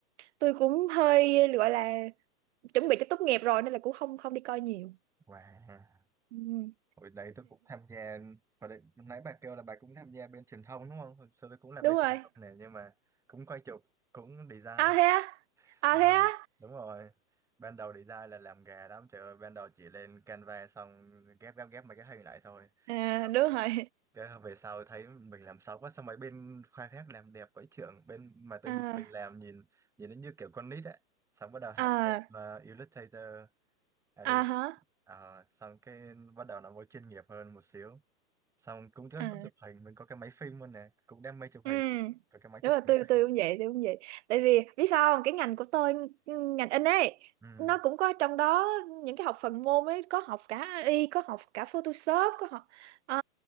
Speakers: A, on the right; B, in the centre.
A: tôi cũng hơi gọi là chuẩn bị cho tốt nghiệp rồi nên là cũng không không đi coi nhiều
B: Wow.
A: ừ,
B: Hồi đấy tôi cũng tham gia, hồi đấy nãy bà kêu là bà cũng tham gia bên truyền thông đúng không? Hồi xưa tôi cũng là
A: đúng
B: bên
A: rồi
B: truyền thông này nhưng mà cũng quay chụp, cũng design.
A: à thế á à
B: Ờ,
A: thế á
B: đúng rồi. Ban đầu design là làm gà lắm, trời ơi, ban đầu chỉ lên Canva xong ghép ghép ghép mấy cái hình lại thôi.
A: à,
B: Xong
A: đúng rồi
B: Cái về sau thấy mình làm xấu quá, xong mấy bên khoa khác làm đẹp quá trưởng, bên
A: <laughs>
B: mà tự
A: à
B: nhiên mình làm nhìn nhìn nó như kiểu con nít ấy. Xong bắt đầu học
A: à
B: thêm ờ, Illustrator, Adobe.
A: à hả
B: Ờ, xong cái bắt đầu nó mới chuyên nghiệp hơn một xíu xong cũng có,
A: à
B: có chụp hình mình có cái máy phim luôn nè cũng đam mê chụp
A: Ừ.
B: hình có cái máy
A: Đúng
B: chụp
A: là
B: hình
A: tôi
B: phim.
A: tôi cũng vậy, tôi cũng vậy. Tại vì biết sao không? Cái ngành của tôi ừ, ngành in ấy
B: ừ
A: nó cũng có trong đó những cái học phần môn ấy có học cả AI, có học cả Photoshop, có học ờ,